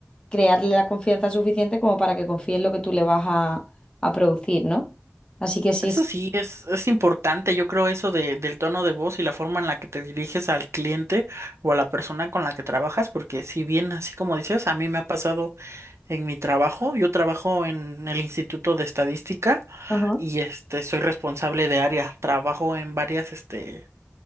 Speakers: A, on the left; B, on the right.
A: crearle la confianza suficiente como para que confíe en lo que tú le vas a, a producir, ¿no? Así que sí,
B: Eso
A: sí.
B: sí, es, es importante, yo creo eso de, del tono de voz y la forma en la que te diriges al cliente o a la persona con la que trabajas, porque si bien, así como dices, a mí me ha pasado en mi trabajo, yo trabajo en el Instituto de Estadística
A: Ajá.
B: y este soy responsable de área, trabajo en varias este